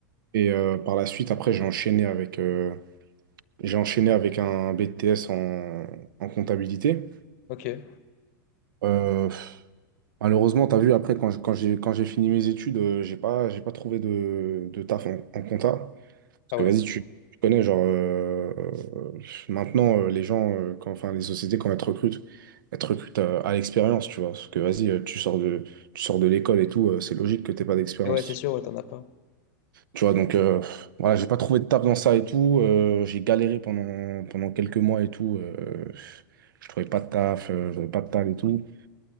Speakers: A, on the right; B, on the left.
A: et euh, par la suite, après, j'ai enchaîné avec euh, j'ai enchaîné avec un BTS en, en comptabilité.
B: ok.
A: Euh, Malheureusement, tu as vu, après, quand, je- quand j'ai, quand j'ai fini mes études, euh, j'ai pas, j'ai pas trouvé de, de taf en, en compta. Parce
B: Ah
A: que
B: ouais.
A: vas-y, tu, tu connais, genre, euh, euh, maintenant, euh, les gens, euh, quand, enfin, les sociétés, quand elles te recrutent, elles te recrutent euh, à, l'expérience, tu vois. Parce que vas-y, euh, tu sors de, tu sors de l'école et tout, euh, c'est logique que t'aies pas d'expérience.
B: Et ouais c'est sûr ouais, t'en as pas.
A: Tu vois, donc, euh, voilà, j'ai pas trouvé de taf dans ça et tout. euh, j'ai galéré pendant, pendant quelques mois et tout. euh, je trouvais pas de taf, euh, j'avais pas de taf et tout.